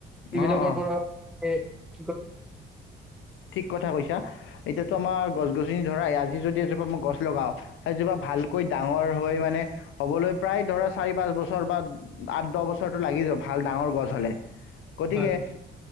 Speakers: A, in the centre; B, on the left.
A: এইবিলাকৰ
B: অঁ অঁ
A: পৰা স
B: ঠিক কথা কৈছা এতিয়াতো আমাৰ গছ গছনি ধৰা আজি যদি এজোপা মই গছ লগাওঁ এজোপা ভালকৈ ডাঙৰ হৈ মানে হ'বলৈ প্ৰায় ধৰা চাৰি পাঁচ বছৰ বা আঠ দহ বছৰটো লাগি যাব ভাল ডাঙৰ গছ হ'লে গতিকে
A: হয়